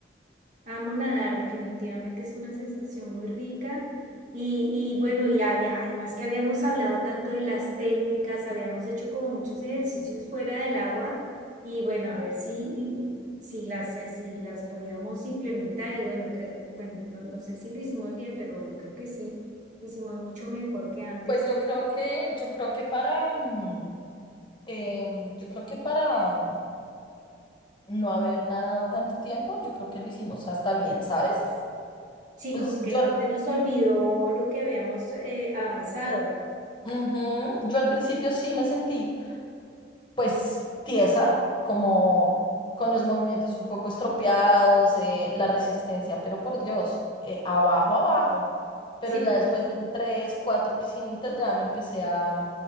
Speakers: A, on the right; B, on the left.
A: Amo nadar, definitivamente es una sensación muy rica. Y, y bueno, y había- además que habíamos hablado tanto de las técnicas, habíamos hecho como muchos ejercicios fuera del agua y bueno, a ver si, si las, eh, si las podíamos implementar y bueno, creo, bueno, no, no sé si lo hicimos bien, pero bueno, creo que sí, lo hicimos mucho mejor que antes.
B: Pues yo creo que, yo creo que para, mm, em, yo creo que para mm, no haber nadado tanto tiempo, yo creo que lo hicimos hasta bien, ¿sabes?
A: Sí,
B: Pues
A: como que
B: yo,
A: no
B: al-
A: se nos olvidó lo que habíamos eh, avanzado.
B: ujú, yo al principio sí me sentí. pues tiesa, como con los movimientos un poco estropeados, eh, la resistencia, pero por Dios, eh, abajo, abajo. Pero
A: Sí,
B: ya después de tres, cuatro piscinitas, ya me empecé a,